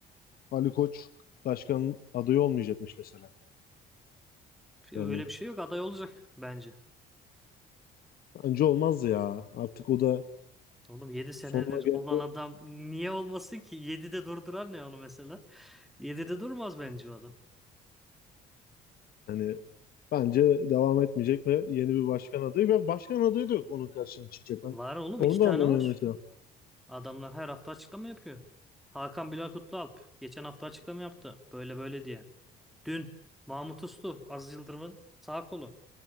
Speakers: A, on the left; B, in the centre.
A: Ali Koç başkan adayı olmayacakmış mesela.
B: Öyle
A: Yani
B: bir şey yok. Aday olacak bence.
A: bence olmazdı ya. Artık o da
B: Oğlum 7 senedir
A: sonuna geldi.
B: olan adam niye olmasın ki? 7'de durduran ne onu mesela? 7'de durmaz bence o adam.
A: Yani bence devam etmeyecek ve yeni bir başkan adayı ve başkan adayı da yok onun karşısına çıkacak. Ben
B: Var oğlum
A: onu
B: iki tane
A: da anlamıyorum
B: var.
A: mesela.
B: Adamlar her hafta açıklama yapıyor. Hakan Bilal Kutlualp geçen hafta açıklama yaptı. Böyle böyle diye. Dün Mahmut Uslu Aziz Yıldırım'ın sağ kolu.